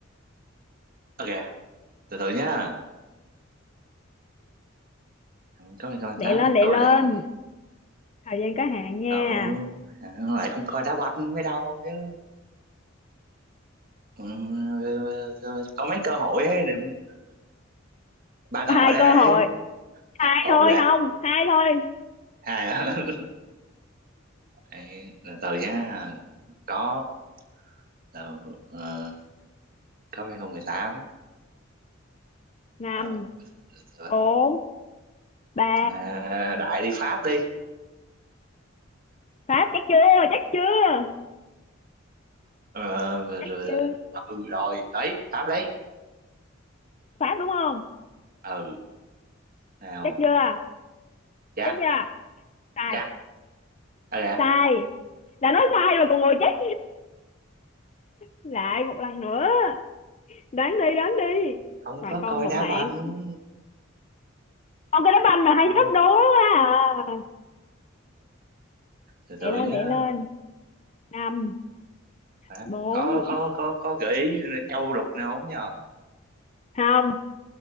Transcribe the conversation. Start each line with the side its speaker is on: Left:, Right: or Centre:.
Right: ok. Từ từ nhá. Không có mày con
Left: lẹ
Right: tám
Left: lên
Right: mà
Left: lẹ
Right: tôi
Left: lên
Right: lại
Left: thời gian có hạn
Right: từ
Left: nha
Right: từ à, nó lại không coi đá banh mới đâu chứ. Ừ, ừ, ừ, ừ, có mấy cơ hội ấy, đừng- ba cơ
Left: Có
Right: hội
Left: hai
Right: đấy.
Left: cơ hội hai
Right: Ok,
Left: thôi không hai thôi
Right: hai á. <laughs> Ê, Từ từ nhá. Có ờ, ờ, có hai không mười tám
Left: năm
Right: Ờ, rồi.
Left: bốn ba
Right: à, đại đi Pháp đi.
Left: Pháp chắc chưa chắc chưa
Right: Ờ, rồi,
Left: chắc
Right: rồi,
Left: chưa
Right: ừ, rồi, đấy, Pháp đấy.
Left: Pháp đúng không
Right: Ừ, nào.
Left: chắc chưa
Right: Chắc.
Left: chắc chưa sai
Right: chắc à dạ,
Left: sai đã nói sai rồi còn ngồi chắc lại một lần nữa đoán đi đoán đi
Right: không
Left: bạn
Right: có
Left: còn
Right: coi
Left: một
Right: đá
Left: mạng
Right: banh
Left: con cái đá banh mà
Right: Ờ,
Left: hay thách đố quá à
Right: từ từ
Left: lẹ lên
Right: nhá
Left: lẹ lên năm
Right: Phải-
Left: bốn
Right: có có có có gợi ý châu lục nào không nhờ
Left: không